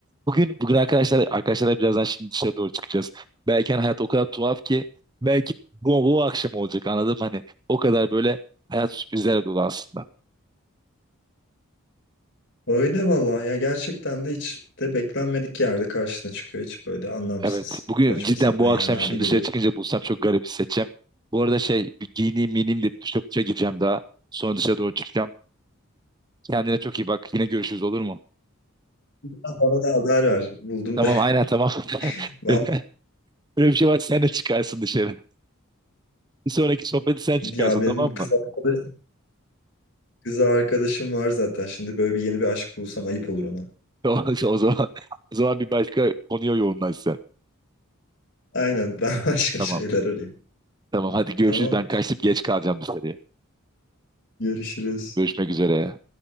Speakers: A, on the right (about 20°); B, on the left (about 55°).
A: Bugün bugün arkadaşlar arkadaşlarla birazdan şimdi dışarı doğru çıkacağız. Belki hani hayat o kadar tuhaf ki belki bu, bu akşam olacak anladım hani o kadar böyle hayat sürprizlerle dolu aslında.
B: Öyle valla ya gerçekten de hiç de beklenmedik yerde karşına çıkıyor. Hiç böyle anlamsız
A: Evet bugün
B: saçma
A: cidden
B: sapan
A: bu
B: yerlerde
A: akşam şimdi
B: geliyor.
A: dışarı çıkınca bulsam çok garip hissedeceğim. Bu arada şey bir giyineyim miyineyim de bir duşa duşa gireceğim daha. Sonra dışarı doğru çıkacağım. Kendine çok iyi bak. Yine görüşürüz olur mu?
B: Ya Bana da haber ver. Buldum
A: Tamam
B: da.
A: aynen tamam.
B: <laughs>
A: <laughs> Böyle bir şey var sen de çıkarsın dışarı. Bir sonraki sohbeti sen çıkarsın
B: Ya benim
A: tamam
B: kız
A: mı?
B: arkadaşım,
A: <laughs>
B: kız arkadaşım var zaten. Şimdi böyle bir yeni bir aşk bulsam ayıp olur ona.
A: O, o zaman o zaman bir başka konuya yoğunlaş sen.
B: Aynen ben <laughs> başka
A: Tamam.
B: şeyler arayayım.
A: Tamam hadi görüşürüz.
B: Tamam.
A: Ben kaçtım geç kalacağım dışarıya.
B: Görüşürüz.
A: Görüşmek üzere.